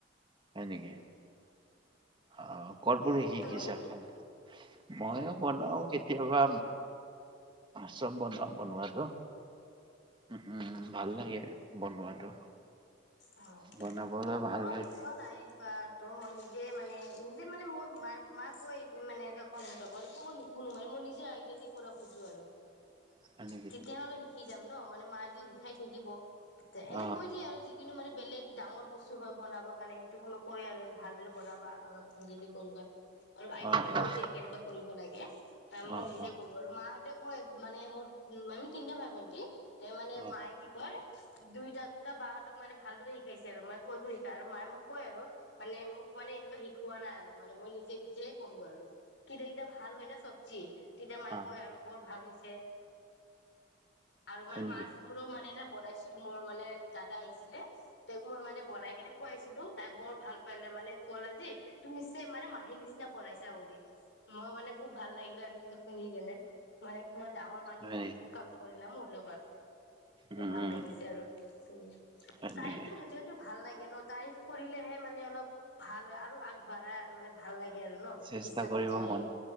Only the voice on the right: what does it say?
হয় নেকি? অ' ক'ত পঢ়ি শিকিছা
খন? মইও বনাও কেতিয়াবা চ'ব বনাও বনুৱাওটো। উ উম, ভাল লাগে বনোৱাটো।
বনাবলৈ
ভাল
লাগে
<inaudible> নেকি?
অ',
অ', অ',
অ',
অ',
অ',
অ',
হয়
নেকি?
হয়
উম,
হয়
নেকি?
চেষ্টা
কৰিব
মন